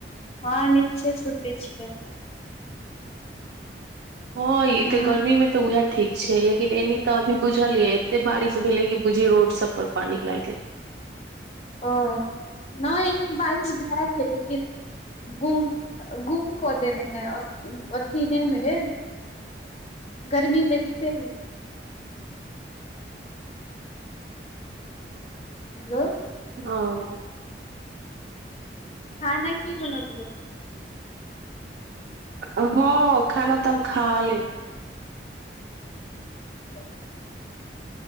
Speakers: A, on the left; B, on the right.
A: हँ नीचे सूतै छियै
B: हँ ई
A: ह
B: तऽ गर्मी मे तऽ उहै ठीक छैय लेकिन एनी तऽ अभी बुझलियै एत्ते बारिश भेले कि बुझि रोड सब पर पानी लाइग गेल
A: ओ नय एनि बारिश भए गेलै लेकिन उ गुम- गुम कऽ देने हय अ अथि नय है गर्मी लगिते है हलो
B: ओ
A: खाना की बनबियै
B: हँ खाना तऽ हम खा लेलि
A: <inaudible>